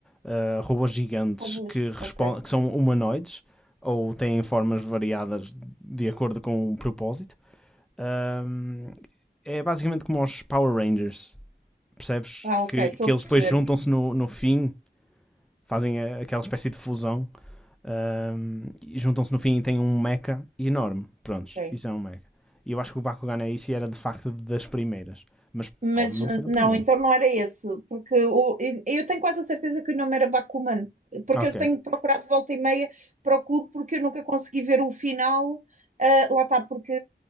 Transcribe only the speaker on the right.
Robôs.
Ok.
Ah, ok.
Estou
a
perceber.
Ok.
Mas
eh,
não,
então não era esse, porque o- eu eu tenho quase a certeza que o nome era Bakuman, porque
eu tenho procurado volta e meia, procuro porque eu nunca consegui ver o final. Ah, lá está, porque